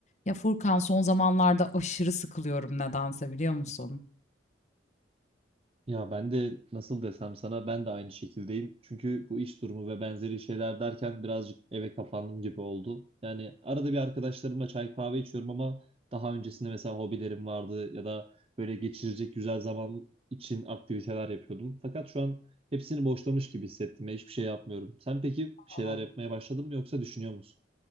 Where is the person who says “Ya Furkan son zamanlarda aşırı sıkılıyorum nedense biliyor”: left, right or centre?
Left